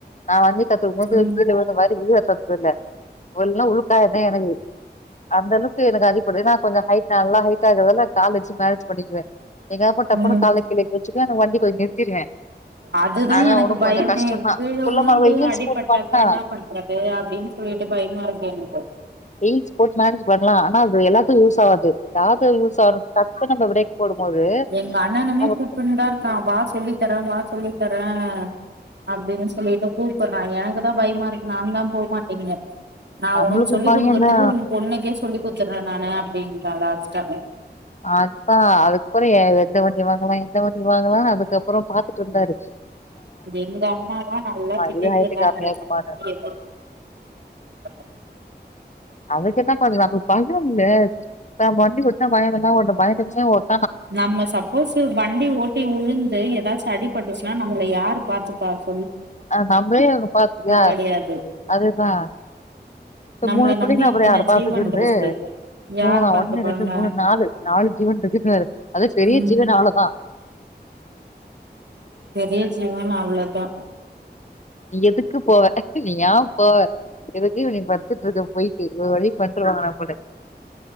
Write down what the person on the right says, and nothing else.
ம்
ம்
அதுதா
எனக்கு
பயமே
கீழ
உழுந்து
அடிபட்டாக்கா
என்ன பண்றது அப்டின்னு சொல்லிட்டு பயமா இருக்கு எனக்கு
எங்கண்ணனுமே
கூப்டுனுதான் இருக்கா வா சொல்லித்தரேன் வா சொல்லித்தரேன் அப்பிடினு சொல்லிட்டு கூப்புர்றாங்க எனக்குதா பயமாயிருக்கு நான் தா போ மாட்டேங்கிறே நா
உனுக்கு சொல்லிக்
குடுக்கறதுக்கு உன் பொண்ணுக்கே சொ சொல்லி குத்துர்றே நானே அப்பிடீனுத்தாங்க லாஸ்டா
இது எங்க அம்மாதா நல்லா திட்டிட்டு
இருக்காங்க
என்ன
<unintelligible>
நம்ம சப்போஸ் வண்டி ஓட்டி உழுந்து ஏதாச்சு அடி பட்டுச்சுனா நம்பள யாரு பாத்து பாத்
கெடையாது
நம்மள
நம்பி
இத்தன
ஜீவன் இருக்கு யார்
பாத்துப்பாங்க
ம்
பெரிய ஜீவன் அவ்ளோதா